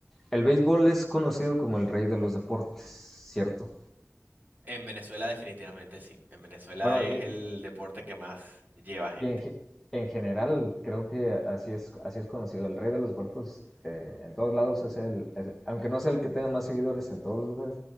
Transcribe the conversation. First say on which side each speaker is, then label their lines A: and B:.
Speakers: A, in the centre; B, on the right.
A: el béisbol es conocido como el rey de los deportes, ¿cierto?
B: En Venezuela definitivamente sí. En Venezuela
A: Bueno,
B: es
A: y-
B: el deporte que más lleva gente.
A: Y en, ge- en general, creo que así es, así es conocido. El rey de los huertos eh, en todos lados es el, es- aunque no sea el que tenga más seguidores en todos los lugares,